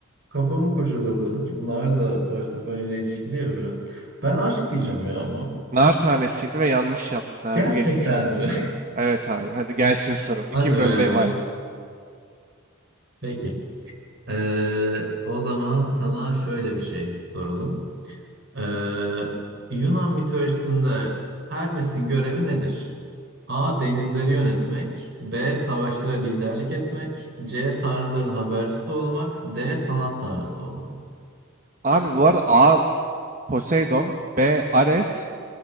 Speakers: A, on the right; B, on the right.
A: kafamı kurcaladı. Çünkü Nar da Persephone ile ilişkili ya biraz. Ben aşk diyeceğim ya ama.
B: Nar tanesiydi ve yanlış yaptı abi
A: Gerçekten
B: geçmiş olsun.
A: mi?
B: Evet abi hadi gelsin sorun.
A: <laughs>
B: iki
A: Hadi
B: bir
A: be.
B: öndeyim hala.
A: Peki. Ee, o zaman sana şöyle bir şey soralım. Ee, Yunan mitolojisinde Hermes'in görevi nedir? A. Denizleri yönetmek. B. Savaşlara liderlik etmek. C. Tanrıların habercisi olmak. D. Sanat tanrısı olmak.
B: Abi bu arada A Poseidon, B Ares,